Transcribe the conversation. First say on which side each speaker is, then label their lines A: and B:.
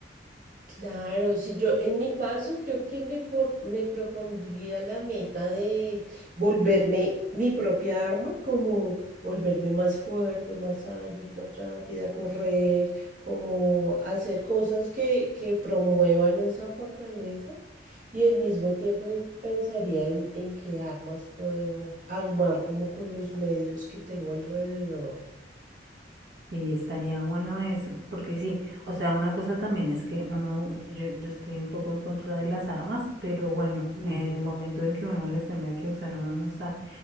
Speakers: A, on the right; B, on the right.
A: Claro, si yo en mi caso creo que me, por- me propondría la meta de volverme mi propia arma, como volverme más fuerte, más ágil, más rápida, correr, como hacer cosas que, que promuevan esa fortaleza y al mismo tiempo en- pensaría en, en qué armas puedo armar como con los medios que tengo alrededor.
B: Y estaría bueno eso, porque sí, o sea, una cosa también es que uno, yo, yo estoy un poco en contra de las armas, pero bueno,
A: Ujú.
B: en el momento en que uno las tenga que usar, uno no sabe.